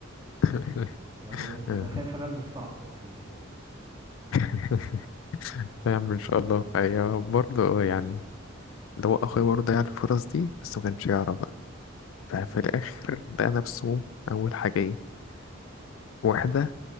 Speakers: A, on the left; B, on the right.
A: <laughs>
B: يعني
A: اه.
B: أنا خايف أنا ألبس صعقة أقسم بالله
A: <laughs> نعم ان شاء الله هي برضه اه يعني اللي هو اخويا برضه ضيع الفرص دي بس ما كانش يعرف بقى ففي
B: مم.
A: الاخر لقى نفسه اول حاجه ايه واحده